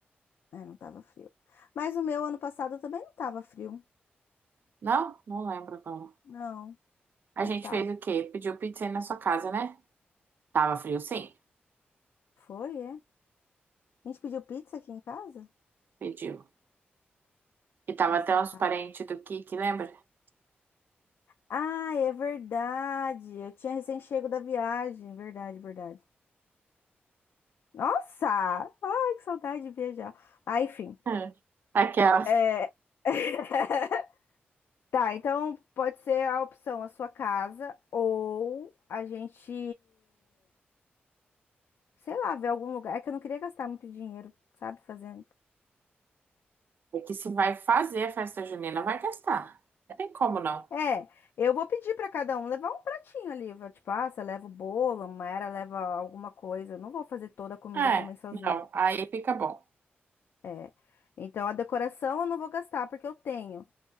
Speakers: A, on the left (about 80°); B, on the right (about 55°).
A: É, não tava frio. Mas o meu ano passado também não tava frio.
B: Não? Não lembro agora.
A: Não,
B: A
A: não
B: gente
A: tava.
B: fez o quê? Pediu pizza aí na sua casa, né? Tava frio, sim.
A: Foi, é. A gente pediu pizza aqui em casa?
B: Pediu. E tava
A: Nossa,
B: até os
A: cara.
B: parentes do Kiki, lembra? <laughs>
A: Ah, é verdade. Eu tinha recém-chego da viagem. Verdade, verdade. Nossa! Ai, que saudade de viajar. Ah, enfim.
B: Hum. Aquela.
A: É. <laughs> Tá, então pode ser a opção a sua casa ou a gente, sei lá, ver algum lugar. É que eu não queria gastar muito dinheiro, sabe, fazendo.
B: É que se vai fazer a festa junina, vai gastar. Não tem como não.
A: É, eu vou pedir pra cada um levar um pratinho ali, vai, tipo, ah, você leva o bolo, a Mayra leva alguma coisa. Eu não vou fazer toda a comida
B: É,
A: também sozinho.
B: não. Aí fica bom.
A: É. Então a decoração eu não vou gastar porque eu tenho.